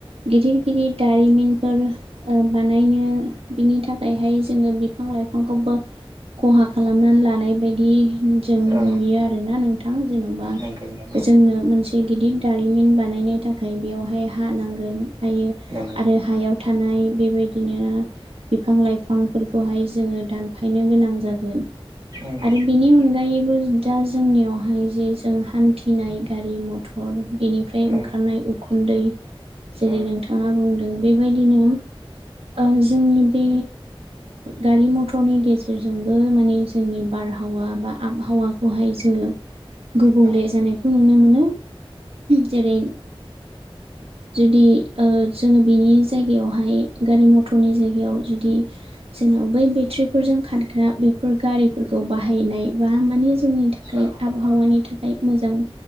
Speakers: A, on the right (about 80°); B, on the right (about 40°).
A: गिदिर गिदिर दारिमिन फोर बानायनो बिनि थाखायहाय जोङो बिफां लाइफांखौबो खहा खालामनानै लानाय बायदि जों नुयो
B: औ
A: आरोना नोंथां जेन'बा
B: नंगौ नंगौ
A: जोंनो मोनसे गिदिर दारिमिन बानायनो थाखाय बेवहाय हा नांगोन हायो।
B: नंगौ
A: आरो हायाव थानाय बेबायदिनो बिफां लाइफांफोरखौहाय जोङो दानफायनो गोनां जागोन।
B: नंगौ
A: आरो बेनि अनगायैबो दा जोंनियावहाय जे जों हान थनाय गारि मथर बेनिफ्राय
B: औ
A: ओंखारनाय उखुन्दै जेरै
B: औ
A: नोंथाङा बुंदों बेबायदिनो ओ जोंनि बे गारि मथरनि गेजेरजों जोंबो माने जोंनि बारहावा बा आबहावाखौहाय जोङो गुबुंले
B: औ
A: जानायखौ नुनो मोनो जेरै जुदि ओ जोङो बिनि जायगायावहाय गारि मथरनि जायगायाव जुदि जोंनाव बै बेट्रिफोरजों खारग्रा बे फोर गारिफोरखौ बाहायनाय बा माने जोंनि थाखाय
B: औ
A: आबहावानि था खाय मोजां